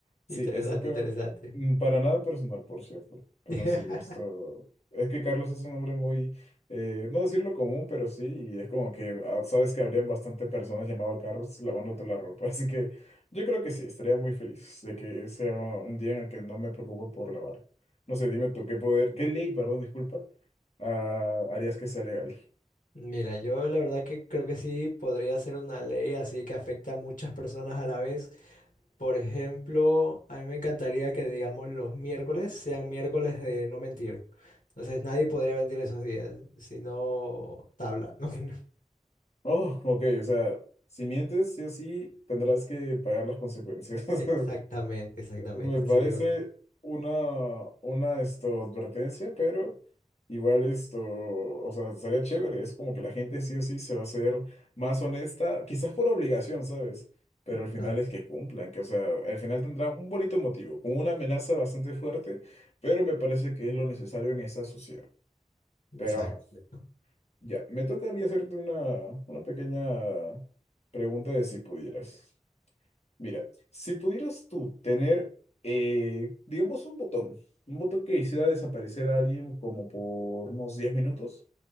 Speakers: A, on the left; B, on the left.
A: Interesante,
B: Sí, exactamente.
A: interesante.
B: Mm, Para nada personal, por cierto. Pero
A: <laughs>
B: sí, esto. Es que Carlos es un hombre muy. eh, no decirlo común, pero sí. Y es como que ah, sabes que habrían bastantes personas llamado Carlos lavándote la ropa. <laughs> Así que yo creo que sí, estaría muy feliz de que sea un día en el que no me preocupo por lavar. No sé, dime tú, ¿qué poder, qué ley, perdón, disculpa, ah, harías que sea legal?
A: Mira, yo la verdad que creo que sí podría ser una ley así que afecta a muchas personas a la vez. Por ejemplo, a mí me encantaría que, digamos, los miércoles sean miércoles de no mentir. Entonces nadie podría mentir esos días, sino tabla. <laughs> ¿no? Que no-
B: Oh, ok, o sea, si mientes, sí o sí, tendrás que pagar las consecuencias. <laughs>
A: Exactamente, exactamente.
B: Me parece
A: Sería un...
B: una, una esto, advertencia, pero igual esto, o sea, estaría chévere. Es como que la gente sí o sí se va a hacer más honesta, quizás por obligación, ¿sabes? Pero
A: Exacto,
B: al final es que cumplan, que o sea, al final tendrán un bonito motivo, con una amenaza bastante fuerte, pero me parece que es lo necesario en esta sociedad.
A: exacto.
B: Pero ajá,
A: exacto.
B: ya, me toca a mí hacerte una, una pequeña pregunta de si pudieras. Mira, si pudieras tú tener, eh, digamos, un botón, un botón que hiciera desaparecer a alguien como por unos 10 minutos,